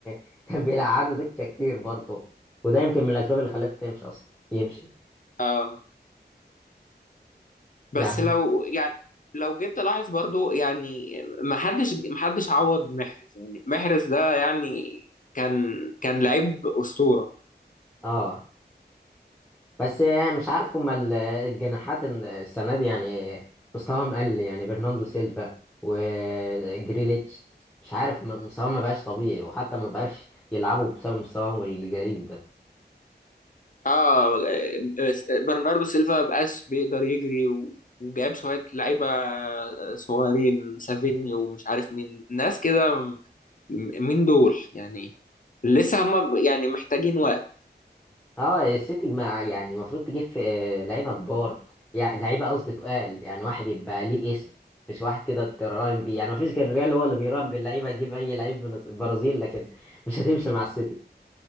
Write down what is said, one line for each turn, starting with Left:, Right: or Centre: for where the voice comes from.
Centre: <laughs> كان بيلعبوا دكة كتير برضه وده يمكن من الأسباب اللي خلته تمشي أصلا يمشي
Left: آه، بس
Centre: يعني
Left: لو يعني لو جيت تلاحظ برضو يعني ما حدش ما حدش عوض محرز يعني محرز ده يعني كان كان لعيب أسطورة
Centre: اه بس يعني مش عارف هما ال- الجناحات ال- السنة دي يعني مستواهم قل يعني برناندو سيلفا وجريليتش مش عارف م- مستواهم ما بقاش طبيعي وحتى ما بقاش يلعبوا بسبب مستواهم الغريب ده
Left: اه آه، برناردو سيلفا مبقاش بيقدر يجري و- وجاب شوية لعيبة آه، صغيرين سافيني ومش عارف مين ناس كده م- مين دول يعني لسه هم يعني محتاجين وقت
Centre: اه السيتي مع يعني المفروض تجيب في آه، لعيبه كبار يعني لعيبه قصدي تقال يعني واحد يبقى ليه اسم مش واحد كده تراهن بيه يعني مفيش غير الريال هو اللي بيراهن باللعيبه يجيب اي لعيب من البرازيل لكن مش هتمشي مع السيتي